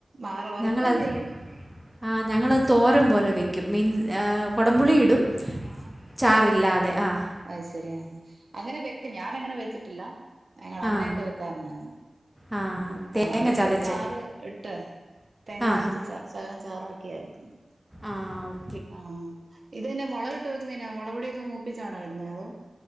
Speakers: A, on the right; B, in the centre.
A: വറ വറക്കുകയും
B: ഞങ്ങളത്
A: ചെയ്യും
B: ആഹ് ഞങ്ങളത് തോരം പോലെ വെക്കും മീൻ കൊടുപുളി ഇടും ചാറില്ലാതെ ആഹ്
A: അഹ്ശെരിയ അങ്ങനെ വെക്ക ഞാനങ്ങനെ വെച്ചിട്ടില്ല ഞങ്ങളെ അമ്മയൊക്കെ
B: ആ
A: വെക്കാറുണ്ടെ
B: ആ തേങ്ങ
A: ആഹ് നമ്മള ഇച്ചിരിച്ചാറ്
B: ചതച്ച്
A: ഇട്ട് തേങ്ങ
B: ആ
A: അരച്ച ശകലം ചാറാക്കിയർക്കുന്നു
B: ആഹ്
A: ആഹ് ഇത പിന്നെ മുളകട്ട് വെക്കുന്നേനാ മുള പൊടിയൊക്കെ മോപ്പിച്ചാണോ ഇടുന്നത് അതോ